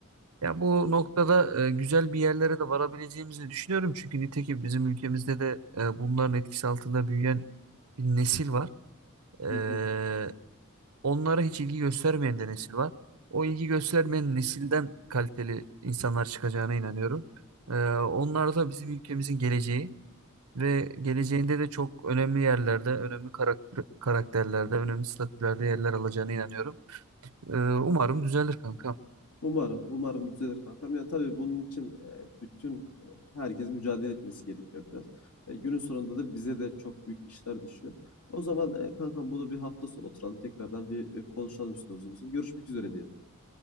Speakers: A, on the right (about 80°); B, on the left (about 75°).
A: Ya bu noktada e, güzel bir yerlere de varabileceğimizi düşünüyorum. Çünkü nitekim bizim ülkemizde de e, bunların etkisi altında büyüyen bir nesil var. E,
B: Hı hı.
A: onlara hiç ilgi göstermeyen de nesil var. O ilgi göstermeyen nesilden kaliteli insanlar çıkacağına inanıyorum. E, onlar da bizim ülkemizin geleceği. Ve geleceğinde de çok önemli yerlerde, önemli karakter, karakterlerde, önemli statülerde yerler alacağına inanıyorum. Ee, umarım düzelir kankam.
B: Umarım, umarım düzelir kankam. Yani tabii bunun için, eee, bütün, eee, herkesin mücadele etmesi gerekiyor biraz. Eee, günün sonunda da bize de çok büyük işler düşüyor. O zaman, eee, kankam bunu bir hafta sonu oturalım, tekrardan bir, eee, konuşalım üstüne uzun uzun. Görüşmek üzere diyelim.